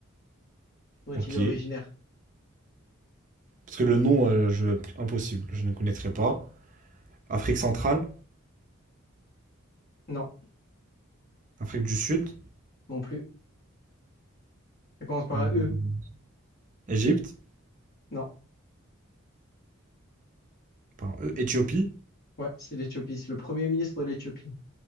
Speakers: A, on the left; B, on the right.
A: Dont
B: ok.
A: il est originaire.
B: Parce que le nom, euh, je... impossible, je ne connaîtrais pas. Afrique centrale,
A: Non,
B: Afrique du Sud,
A: non plus. Ça commence par
B: Hmm.
A: un E.
B: Égypte,
A: Non.
B: pardon, euh, Éthiopie.
A: Ouais, c'est l'Éthiopie. C'est le premier ministre de l'Éthiopie.